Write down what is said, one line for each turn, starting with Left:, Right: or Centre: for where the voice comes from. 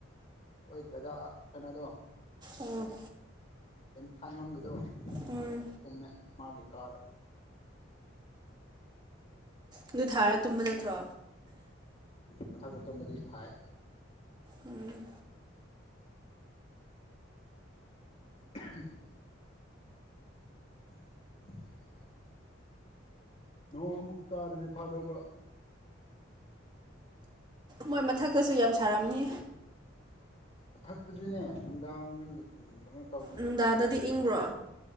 Left: ꯍꯣꯏ ꯗꯗꯥ ꯀꯩꯅꯣꯗꯣ
Right: ꯑꯣ
Left: ꯇꯦꯟꯊꯥꯏꯉꯝꯒꯤꯗꯣ
Right: ꯎꯝ
Left: ꯇꯨꯝꯃꯦ ꯃꯥꯒꯤ ꯀꯥꯗ
Right: ꯑꯗꯨ ꯊꯥꯔ ꯇꯨꯝꯕ ꯅꯠꯇ꯭ꯔꯣ
Left: ꯃꯊꯛꯛꯇ ꯇꯨꯝꯕꯗꯤ ꯁꯥꯏ
Right: ꯎꯝ
Left: <unintelligible> <inaudible> ꯅꯣꯡ ꯑꯃꯨꯛ ꯇꯥꯔꯗꯤ ꯐꯥꯗꯧꯕ
Right: ꯃꯣꯏ ꯃꯊꯛꯇꯁꯨ ꯌꯥꯝ ꯁꯥꯔꯝꯅꯤ
Left: ꯃꯊꯛꯇꯗꯤꯅꯦ ꯅꯨꯡꯗꯥꯡꯗꯨ ꯀꯩꯅꯣ ꯇꯧꯕꯅꯦ
Right: ꯅꯨꯡꯗꯥꯡꯗꯗꯤ
Left: ꯅꯨꯡꯉꯥꯏꯕꯅꯦ
Right: ꯏꯪꯕ꯭ꯔꯣ